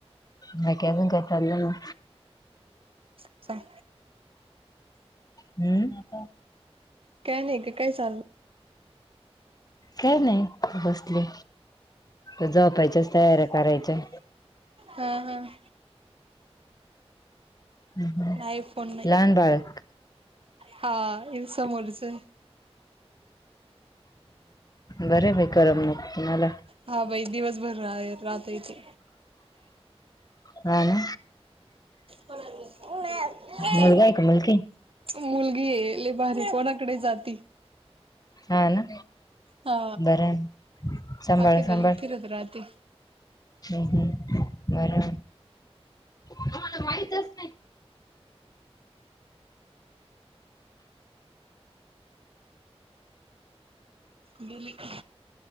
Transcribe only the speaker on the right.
च् चां.
काय नाही ग काय चाललं?
हम्म हम्.
नाही फोन नाही
हा इ समोरचय.
हा बाई दिवसभर आहे राहातय ते.
कोणा?
मुलगी ये लाई भारी कोणाकडे जाती.
हा
अख्ख्या
गल्लीत फिरत राहते
बली का?